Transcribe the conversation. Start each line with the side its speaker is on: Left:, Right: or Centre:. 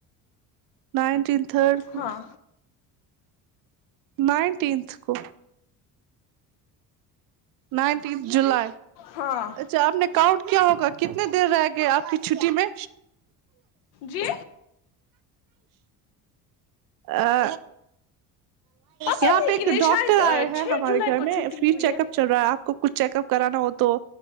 Right: نائنٹین تھرڈ کو
Left: ہاں
Right: نائنٹینتھ کو نائنٹتھ جولائی
Left: ہاں
Right: اچھا آپ نے کاؤنٹ کیا ہوگا کتنے دیر رہ گئے آپ کی چھٹی میں
Left: جی
Right: آ
Left: پتہ
Right: یہاں
Left: نہیں
Right: پہ ایک
Left: کہ نہیں
Right: ڈاکٹر
Left: شاید
Right: آئے ہیں
Left: چھ
Right: ہمارے
Left: جولائی
Right: گھر
Left: کو
Right: میں
Left: چھٹی
Right: فری
Left: ہوئی
Right: چیک اپ چل رہا ہے آپ کو کچھ چیک اپ کرانا ہو تو